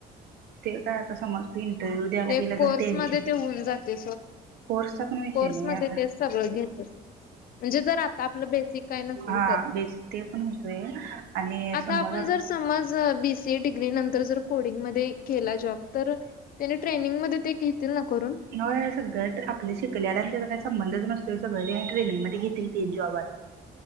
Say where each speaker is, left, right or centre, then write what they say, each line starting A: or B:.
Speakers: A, on the right; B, on the left.
A: ते काय. समज तू इंटरव्ह्यू द्यायला
B: ते
A: गेला
B: कोर्स
A: आणि त्यांचे
B: मध्ये ते होऊन जाते
A: कोर्सचा पण विषय
B: कोर्स
A: नाही
B: मध्ये
A: आता
B: ते सगळ घेत म्हणजे जर आता आपलं बेसिक काय नसेल
A: हा
B: तर
A: बेस ते पण होतोय आणि
B: आता
A: समज
B: आपण जर समज बीसीडग्री नंतर. तर जर कोडिंग मध्ये केला जॉब. तर त्याला ट्रेनिंग मध्ये त ते घेतील ना करून?
A: होय असं घट आपलं शिकल्याल आणि त्याचा काही संबंधच नसतोय अस घरी ट्रेनिंग मध्ये घेतील तीन जॉबात.